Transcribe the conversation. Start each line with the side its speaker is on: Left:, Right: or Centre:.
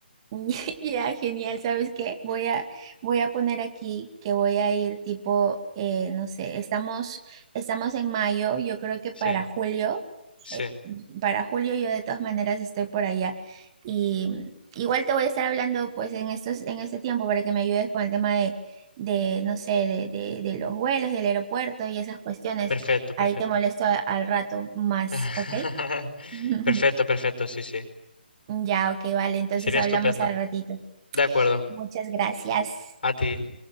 Right: <laughs> Ya, genial, ¿sabes qué? Voy a, voy a poner aquí que voy a ir tipo, eh, no sé, estamos, estamos en mayo, yo creo que
Left: Sí,
Right: para julio,
Left: sí.
Right: eh, para julio yo de todas maneras estoy por allá. Y mm, igual te voy a estar hablando pues en estos, en este tiempo para que me ayudes con el tema de, de no sé, de, de, de los vuelos, del aeropuerto y esas cuestiones.
Left: Perfecto, perfecto.
Right: Ahí te molesto a- al rato más,
Left: <laughs>
Right: ¿ok? <laughs>
Left: Perfecto, perfecto, sí, sí.
Right: Ya, ok, vale, entonces
Left: Sería
Right: hablamos
Left: estupendo.
Right: al ratito.
Left: De acuerdo.
Right: Muchas gracias.
Left: A ti.